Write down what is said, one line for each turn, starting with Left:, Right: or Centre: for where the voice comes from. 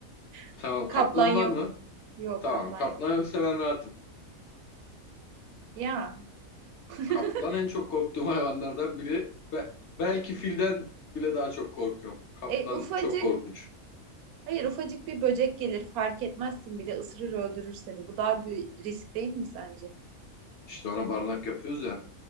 Right: <laughs>
Left: Tamam
Right: Kaplan
Left: kaplan var
Right: yok
Left: mı?
Right: yok
Left: Tamam
Right: kaplan
Left: kaplan
Right: yok
Left: yoksa ben rahatım.
Right: ya <laughs>
Left: Kaplan en çok korktuğum hayvanlardan biri. Be- belki filden bile daha çok korkuyorum. Kaplan
Right: e, ufacık
Left: çok korkunç.
Right: hayır ufacık bir böcek gelir fark etmezsin bile ısırır öldürür seni bu daha bir risk değil mi sence?
Left: İşte ona barınak yapıyoruz ya.